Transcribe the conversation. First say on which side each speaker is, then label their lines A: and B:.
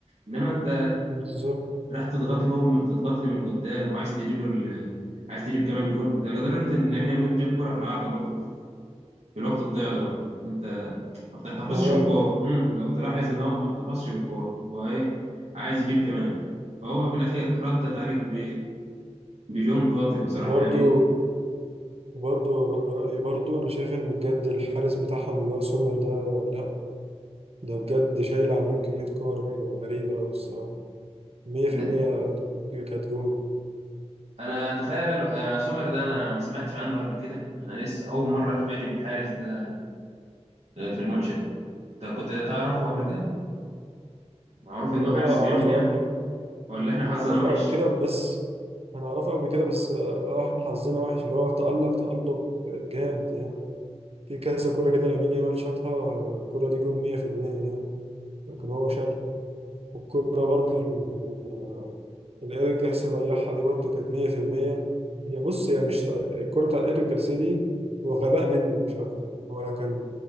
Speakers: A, on the right; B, on the right.
A: انما انت
B: بالظبط
A: راح تضغط لهم تضغط لي من قدام وعايز تجيب ال... عايز تجيب كمان جول ده لدرجه ان لامين يامال جاب كوره في العارضه برضو في الوقت الضايع ده برضه يعني انت ما بتحتفظش
B: اه
A: بالكور امم لو تلاحظ ان هو ما احتفظش بالكور هو ايه عايز يجيب كمان فهو في الاخر ردت عليك ب... بجون قاتل بصراحه
B: وبرده
A: يعني دي...
B: وبرده رأيي برضو أنا شايف إنه بجد الحارس بتاعهم اللي هو سومر ده لأ ده بجد شايل عنهم كمية كور غريبة أوي الصراحة مية في
A: ن-
B: المية كانت جون
A: انا تخيل ال- آه، سومر ده انا ما سمعتش عنه قبل كده انا لسه اول مره اتفاجئ بالحارس ده آه، في الماتش ده انت كنت تعرفه قبل كده معروف انه
B: هو أنا
A: حارس
B: أعرفه
A: جامد يعني
B: قبل
A: ولا احنا
B: أنا
A: حظنا
B: أعرفه
A: وحش
B: قبل كده بس أنا أعرفه قبل كده بس آه إحنا حظنا وحش اللي هو تألق تألق جامد يعني في كذا كورة كده لامين يامال شاطها الكورة دي جون مية في المية يعني لكن هو شال والكورة برضو ال- اللي إيريك جارسيا ضيعها دي برضو كانت 100% هي بص هي مش الكورة بتاع إيريك جارسيا دي هو غباء منه مش أكتر هو لو كان